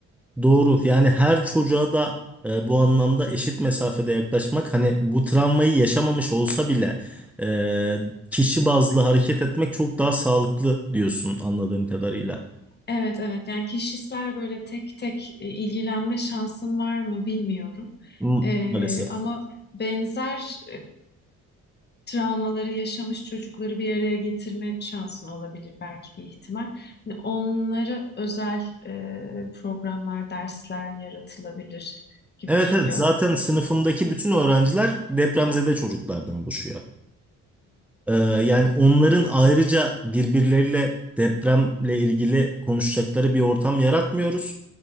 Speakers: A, in the centre; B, on the left (about 35°).
A: Doğru. Yani her çocuğa da e, bu anlamda eşit mesafede yaklaşmak hani bu travmayı yaşamamış olsa bile e, kişi bazlı hareket etmek çok daha sağlıklı diyorsun anladığım kadarıyla.
B: Evet evet yani kişisel böyle tek tek e, ilgilenme şansım var mı bilmiyorum.
A: M-
B: Eee,
A: Maalesef.
B: ama benzer travmaları yaşamış çocukları bir araya getirme şansın olabilir belki bir ihtimal. Hani onları özel e, programlar, dersler yaratılabilir gibi
A: Evet
B: geliyor.
A: evet zaten sınıfımdaki bütün öğrenciler depremzede çocuklardan oluşuyor. Ee, yani onların ayrıca birbirleriyle depremle ilgili konuşacakları bir ortam yaratmıyoruz.